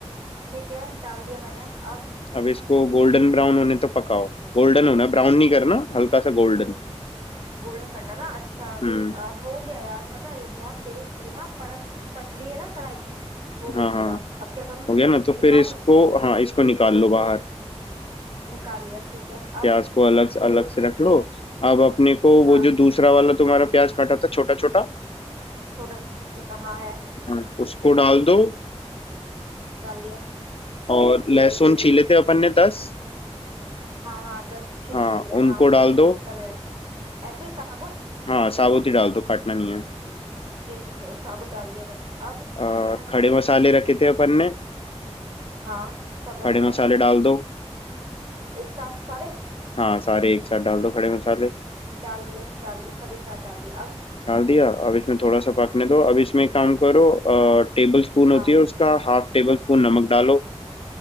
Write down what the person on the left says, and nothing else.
अब इसको गोल्डन ब्राउन होने तक पकाओ गोल्डन होना ब्राउन नहीं करना हल्का सा गोल्डन
हम्म
हाँ हाँ
हो गया ना तो फिर
इसको
हाँ इसको निकाल लो बाहर
प्याज
को अलग से अलग से रख लो अब अपने को वो
जो दूसरा वाला तुम्हारा प्याज काटा था छोटा छोटा
हाँ, उसको डाल दो
और लहसुन छीले थे अपन ने दस
हाँ
उनको
डाल दो
हाँ साबुत ही डाल दो काटना नहीं है
और
खड़े
मसाले रखे थे अपन ने
खड़े
मसाले
डाल दो
हाँ सारे एक साथ डाल दो खड़े मसाले
डाल दिया अब इसमें थोड़ा सा पकने दो अब इसमें एक काम करो टेबल स्पून
होती है उसका हाफ टेबल स्पून नमक डालो